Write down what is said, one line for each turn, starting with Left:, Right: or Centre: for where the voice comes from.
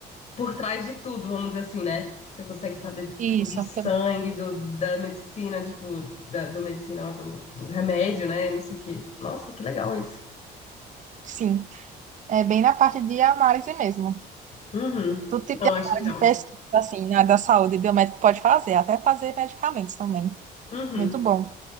Left: por trás de tudo, vamos dizer assim, né? Você consegue saber, tipo,
Right: Isso,
Left: do
Right: fica-
Left: sangue, do, da medicina, tipo, da- do medicinal, do, do remédio, né? Não sei o quê. Nossa, que legal isso.
Right: sim. É bem na parte de análise mesmo.
Left: Uhum.
Right: Do tipo
Left: Eu
Right: de
Left: acho
Right: análise,
Left: legal.
Right: pesquisa, assim, na da saúde, biomédico pode fazer, até fazer medicamentos também.
Left: Uhum.
Right: Muito bom.